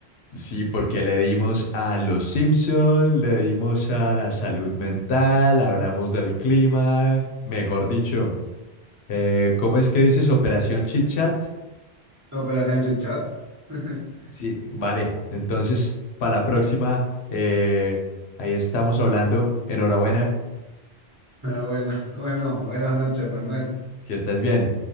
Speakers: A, on the left; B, on the right.
A: Sí, porque le dimos a los Simpson, le dimos a la salud mental, hablamos del clima, mejor dicho. Eh, ¿cómo es que dices Operación Chit Chat?
B: Operación Chichat. <laughs>
A: Sí, vale. Entonces, para la próxima, eh, ahí estamos hablando. Enhorabuena,
B: Buena, bueno, buenas noches, Manuel.
A: que estés bien.